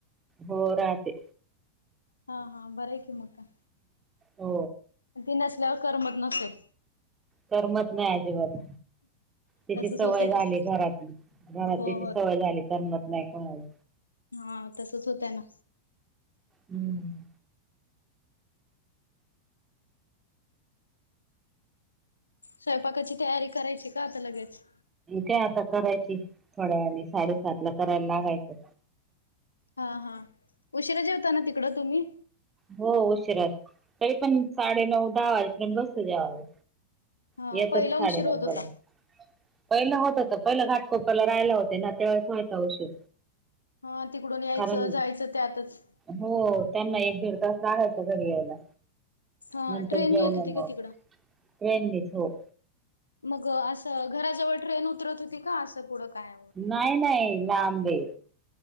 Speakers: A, on the right; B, on the left.
A: हो राहते
B: हा हा बरं आहे की मग काय
A: हो
B: ती नसल्यावर करमत नसे
A: करमत नाही अजिबात तिची
B: तसच
A: सवय
B: होतय
A: झाली
B: ते
A: घरातली घरात
B: हो
A: तिची
B: हो
A: सवय झाली करमत नाही कोणाला
B: हा तसच होतय ना
A: हम्म
B: स्वयंपाकाची तयारी करायची का आता लगेच
A: ते आता करायची थोड्या वेळानी साडेसातला करायला लागायचं
B: हा हा उशिरा जेवताना तिकड तुम्ही
A: हो उशिराच तरी पण साडे नऊ दहा वाजेपर्यंत बसतो जेवायला
B: हा
A: हे येतात
B: पहिला
A: साडेनऊ
B: उशीर होत होता.
A: पर्यंत पहिला होतं होत पहिलं घाटकोपरला राहायला होते ना त्यावेळेस व्हायचा उशीर
B: हा तिकडून यायचं
A: कारण
B: जायचं त्यातच
A: हो त्यांना एक दीड तास लागायचा घरी यायला
B: हा
A: नंतर
B: ट्रेनने
A: जेवण
B: येत होती
A: मग
B: का तिकडं?
A: ट्रेननिच हो
B: मग असं घराजवळ ट्रेन उतरत होती का? असं पुढं काय
A: नाही नाही लांबय